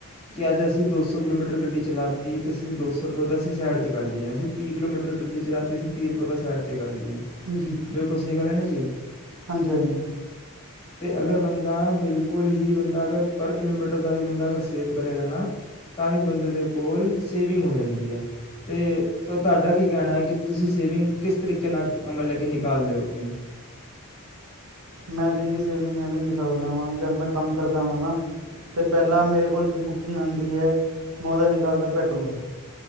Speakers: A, on the left; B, on the right.
A: ਕਿ ਅੱਜ ਅਸੀਂ ਦੋ ਸੌ ਕਿਲੋਮੀਟਰ ਗੱਡੀ ਚਲਾਤੀ ਅਤੇ ਅਸੀਂ ਦੋ ਸੌ ਰੁਪਏ ਉਹਦਾ ਅਸੀਂ ਸਾਈਡ 'ਤੇ ਕਰ ਲਈਏ ਅਸੀਂ ਤੀਹ ਕਿਲੋਮੀਟਰ ਗੱਡੀ ਚਲਾਤੀ ਅਸੀਂ ਤੀਹ ਰੁਪਏ ਉਹਦਾ ਸਾਈਡ 'ਤੇ ਕਰ ਲਈਏ
B: ਜੀ
A: ਬਿਲਕੁਲ ਸਹੀ ਗੱਲ ਹੈ ਨੀ ਜੀ
B: ਹਾਂਜੀ ਹਾਂਜੀ
A: ਤੇ ਅਗਰ ਬੰਦਾ ਬਿਲਕੁਲ ਹੀ ਬੰਦਾ ਅਗਰ ਪਰ ਕਿਲੋਮੀਟਰ ਦਾ ਵੀ ਬੰਦਾ ਅਗਰ ਸੇਵ ਕਰੇਗਾ ਨਾ ਤਾਂ ਵੀ ਬੰਦੇ ਦੇ ਕੋਲ ਸੇਵਿੰਗ ਹੋ ਜਾਂਦੀ ਹੈ ਅਤੇ ਤੁ ਤੁਹਾਡਾ ਕੀ ਕਹਿਣਾ ਹੈ ਕਿ ਤੁਸੀਂ ਸੇਵਿੰਗ ਕਿਸ ਤਰੀਕੇ ਨਾਲ ਮਤਲਬ ਕਿ ਨਿਕਾਲ ਦਿਓ ਆਪਣੀ
B: ਮੈਂ ਬਿਜਲੀ ਸੇਵਿੰਗ ਵੀ ਨਿਕਾਲਦਾ ਵਾਂ ਜਦ ਮੈਂ ਕੰਮ ਕਰਦਾ ਵਾਂ ਨਾ ਤਾਂ ਪਹਿਲਾਂ ਮੇਰੇ ਕੋਲ ਜੋ ਬੁਕਿੰਗ ਆਉਂਦੀ ਹੈ ਮੈਂ ਉਹਦਾ ਨਿਕਾਲਦਾ ਪੈਟਰੋਲ